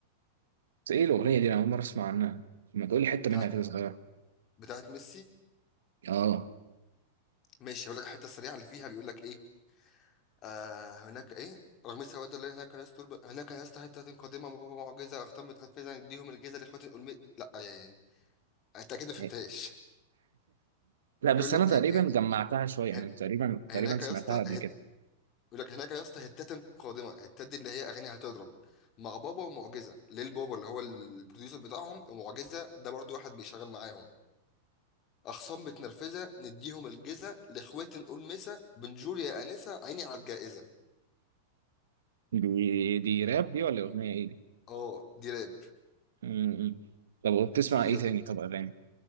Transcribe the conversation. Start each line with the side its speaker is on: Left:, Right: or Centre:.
Right: بس ايه الاغنيه دي انا اول مره اسمع عنها ما تقولي حته
Left: بتاعت
Right: منها كده صغيره
Left: بتاعت ميسي
Right: اه
Left: ماشي هقول لك الحته السريعه اللي فيها بيقول لك ايه آه هناك ايه رغم السواد اللي هناك يا اسطى هناك يا اسطى حته قادمه معجزه اختمت خفيزا اديهم الجيزه لاخوات الألم... لا يعني انت اكيد ما فهمتهاش
Right: <laughs> لا
Left: بيقول
Right: بس
Left: لك
Right: انا تقريبا
Left: ايه ه-
Right: جمعتها شويه يعني
Left: هن...
Right: تقريبا
Left: هناك
Right: تقريبا سمعتها
Left: يا اسطى
Right: قبل
Left: هت...
Right: كده
Left: بيقول لك هناك يا اسطى هتات قادمه هتات دي اللي هي اغاني هتضرب مع بابا ومعجزه ليل بابا اللي هو البروديوسر بتاعهم ومعجزه ده برضو واحد بيشغل معاهم اخصام متنرفزه نديهم الجيزه لاخوات نقول مسا بنجور يا انسه عيني على الجائزه
Right: دي دي راب دي ولا اغنيه ايه دي
Left: اه دي راب
Right: م- م. طب وبتسمع
Left: دي
Right: ايه تاني طب اغاني